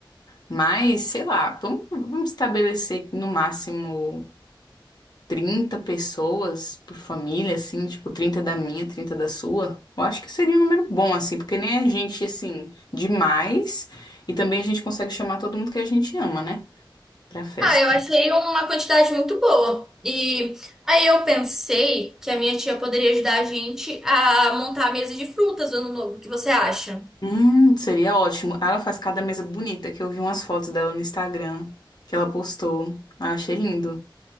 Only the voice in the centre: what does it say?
Ah, eu achei uma quantidade muito boa. E aí eu pensei que a minha tia poderia ajudar a gente a montar a mesa de frutas do ano novo. O que você acha?